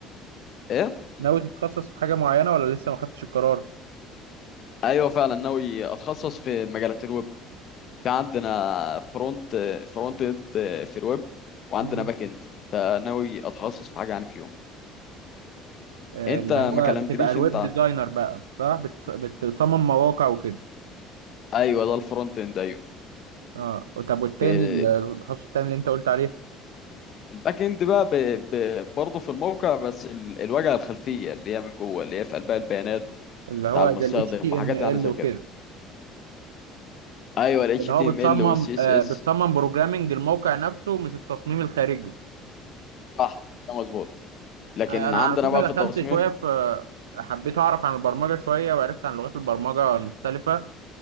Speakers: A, on the left; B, on the right.
A: ايه
B: ناوي تتخصص في حاجه معينه ولا لسه ما خدتش القرار
A: ايوه فعلا ناوي اتخصص في مجالات الويب في عندنا فرونت فرونت اند في الويب وعندنا
B: مم.
A: باك اند فناوي اتخصص في حاجه يعني فيهم
B: آه،
A: انت
B: اللي
A: ما
B: هو
A: كلمتنيش
B: بتبقى الويب
A: انت
B: ديزاينر بقى صح بتص- بت- بتصمم مواقع وكده
A: ايوه ده الفرونت اند ايوه
B: اه طب والتاني
A: ب-
B: ال- التخصص التاني اللي انت قلت عليه
A: الباك اند بقى ب... ب... برضه في الموقع بس ال... الواجهه الخلفيه اللي هي من جوه اللي هي في قلبها البيانات
B: اللي هو
A: بتاع المستخدم
B: زي ال HTML
A: وحاجات يعني زي
B: وكده
A: كده ايوه ال
B: اللي
A: HTML
B: هو بتصمم
A: وال CSS
B: آه بتصمم بروجرامنج الموقع نفسه مش التصميم الخارجي
A: صح ده مظبوط لكن
B: انا
A: عندنا
B: على فكره
A: بقى في
B: دخلت
A: التصميم
B: شويه في حبيت اعرف عن البرمجه شويه وعرفت عن لغات البرمجه المختلفه